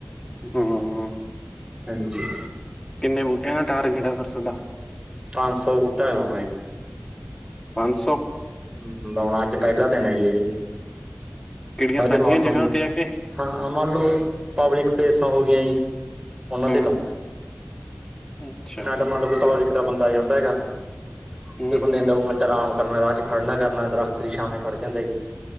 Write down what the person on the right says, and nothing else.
ਹਾਂਜੀ।
ਪੰਜ ਸੋ ਬੂਟਾ ਲੌਨਾ ਐ ਜੀ।
ਹੂੰ ਲੌਨਾ ਅੱਜ ਪੈਲਾ ਦਿਨ ਐ ਜੀ ਅਜੇ ਤਾਂ,
ਅੱਜ
ਮੌਸਮ
ਜਾ
ਹਾਂ-ਹਾਂ ਮੰਨ ਲਓ ਪਬਲਿਕ ਪਲੇਸਾਂ ਹੋ ਗੀਆ ਜੀ, ਓਨਾ ਤੇ
ਲਾਓ।
ਨਾਲੇ ਤਾਂ ਮਤਲਬ ਕੋਈ ਪਬਲਿਕ ਦਾ ਬੰਦਾ ਜਾਂਦੈ ਗਾ, ਕੋਈ
ਬੰਦੇ
ਨੂੰ
ਦੋ ਅਰਾਮ ਕਰਨਾ ਰਾਹ ਚ ਖੜਨਾ ਕਰਨਾ ਦਰਖਤ ਦੀ ਛਾਂਵੇ ਖੜ ਜਾਂਦੈ ਜੀ,